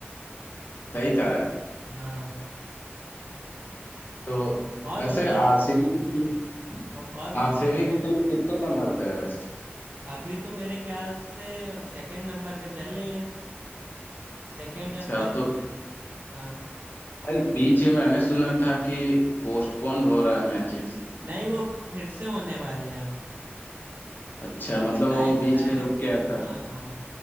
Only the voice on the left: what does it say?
सही कहा है
तो
वैसे
आरसीबी की टीम
आरसीबी की टीम कितने नंबर पे है वैसे
अच्छा
तो
भाई बीच में मैंने सुना था कि पोस्टपोन हो रहा है मैचेस
अच्छा मतलब
वो बीच
पे रुक गया था